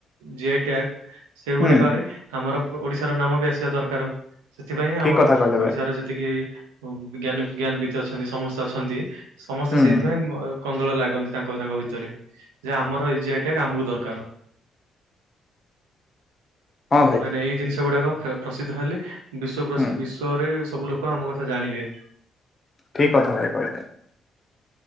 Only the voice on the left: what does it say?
ହୁଁ
ଠିକ
କଥା କହିଲେ
ଭାଇ
ହୁଁ
ହଁ ଭାଇ
ହୁଁ
ଠିକ କଥା ଭାଇ କହିଲେ।